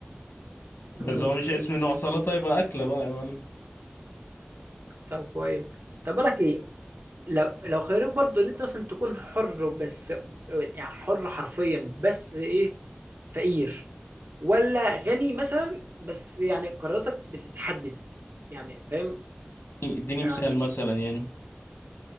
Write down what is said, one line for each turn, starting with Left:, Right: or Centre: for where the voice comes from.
Right: إمم،
Left: بس هو مش اسم نوع سلطة يبقى أكلة بقى يا معلم
Right: طب كويس. طب باقول لك إيه لو لو خيروك برضو ان انت مثلا تكون حر بس يعني حر حرفيا بس ايه فقير ولا غني مثلا بس يعني قراراتك بتتحدد يعني فاهم
Left: اديني
Right: يعني
Left: مثال مثلا يعني